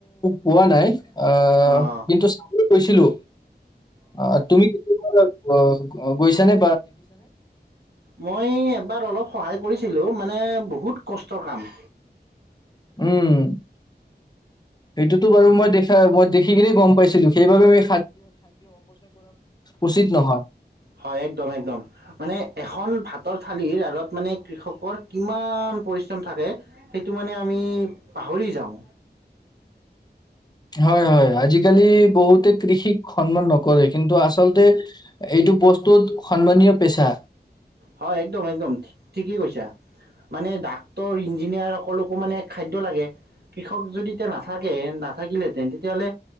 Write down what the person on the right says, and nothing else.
অ',
মই মই অলপ খহায় কৰিছিলোঁ মানে বহুত কষ্টৰ কাম।
হয় একদম একদম মানে এখন ভাত। ততৰ থালিৰ আঁৰত মানে কৃষকৰ কিমান পৰিশ্ৰম থাকে সেইটো মানে আমি পাহৰি যাওঁ।
হয় একদম একদম ঠিকেই কৈছা মানে। ডাক্তৰ ইঞ্জিনিয়াৰ সকলকো মানে খাদ্য লাগে কৃষক যদি এতিয়া নাথাকে নাথাকিলেহেতেন তেতিয়াহ'লে